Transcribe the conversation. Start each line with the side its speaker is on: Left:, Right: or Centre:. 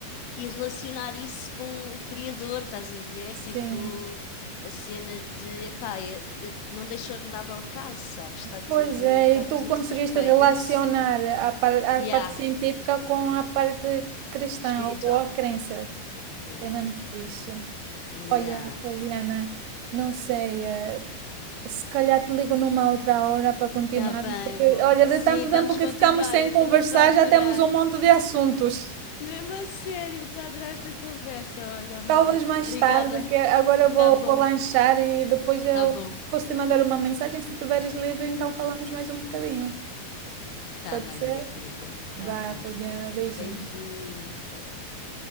Left: e relacionar isso com o criador, estás a ver?
Right: sim.
Left: Tipo, a cena de, epá, eu- eu- não deixou nada ao acaso, sabes? Está tudo,
Right: Pois é,
Left: está
Right: e
Left: tudo
Right: tu conseguiste
Left: perfeito,
Right: relacionar
Left: é impossível.
Right: a, par- a
Left: Yeah,
Right: parte científica com a parte cristã
Left: espiritual.
Right: ou a crença.
Left: Yeah,
Right: É mesmo fixe.
Left: yeah.
Right: Olha, Fabiana, não sei, eh, se calhar te ligo numa outra hora para continuarmos,
Left: Tá bem,
Right: porque
Left: amor.
Right: olha,
Left: Sim,
Right: de tanto
Left: vamos
Right: tempo que
Left: continuar,
Right: ficamos sem
Left: eu
Right: conversar,
Left: também estou a adorar.
Right: já temos um monte de assuntos.
Left: Mesmo a sério, estou a adorar esta conversa, olha, amor.
Right: Talvez mais
Left: Obrigada.
Right: tarde, que agora eu vou,
Left: Tá bom,
Right: vou lanchar e depois eu
Left: tá bom.
Right: posso te mandar uma mensagem. Se estiveres livre, então falamos mais um bocadinho.
Left: Tá
Right: Pode
Left: bem,
Right: ser?
Left: minha querida.
Right: Vá,
Left: Tá bom.
Right: Fabiana, beijinho.
Left: Beijinho. Tchau, tchau.